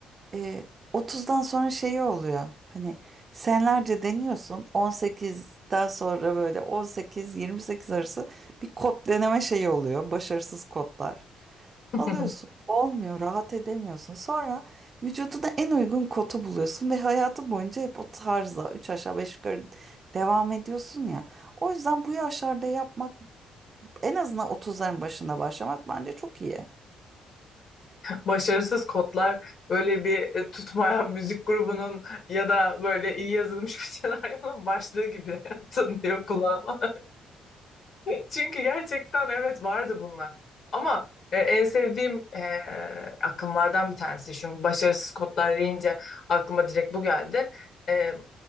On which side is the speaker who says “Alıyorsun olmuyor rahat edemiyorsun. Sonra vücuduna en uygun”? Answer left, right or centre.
Right